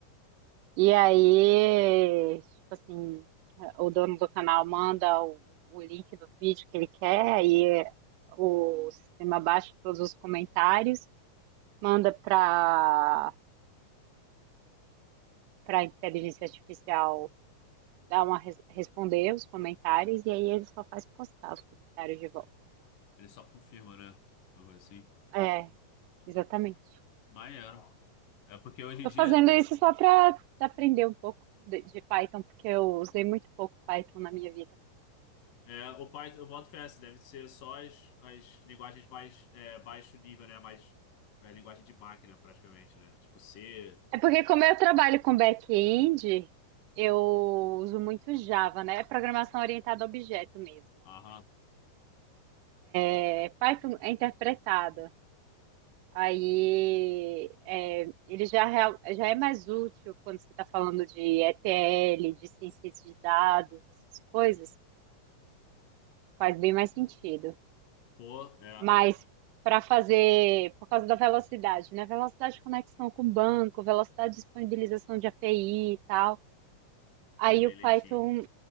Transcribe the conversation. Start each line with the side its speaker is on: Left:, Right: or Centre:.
Right: E aí, tipo assim, o dono do canal manda o, o link do vídeo que ele quer, aí o sistema baixa todos os comentários manda para para inteligência artificial dar uma res- responder os comentários e aí ele só faz postar os comentários de volta.
Left: Ele só confirma, né? Uma coisa assim.
Right: É, exatamente.
Left: Maneiro. É porque hoje em
Right: Tô
Left: dia
Right: fazendo
Left: tem.
Right: isso só para aprender um pouco de, de Python, porque eu usei muito pouco Python na minha vida.
Left: É, o Python, eu boto fé, assim, deve ser só as, as linguagens mais é, baixo nível, né? Mais é, linguagem de máquina, praticamente, né? Tipo C,
Right: É porque como eu trabalho com back-end, eu uso muito Java, né? É programação orientada a objeto mesmo.
Left: aham,
Right: É, Python é interpretada. Aí é, ele já, é real- já é mais útil quando você está falando de ETL, de ciência de dados, essas coisas, faz bem mais sentido.
Left: pô, é.
Right: Mas para fazer, por causa da velocidade, né? Velocidade de conexão com o banco, velocidade de disponibilização de API e tal. Aí
Left: Ele é bem
Right: o Python,
Left: lentinho.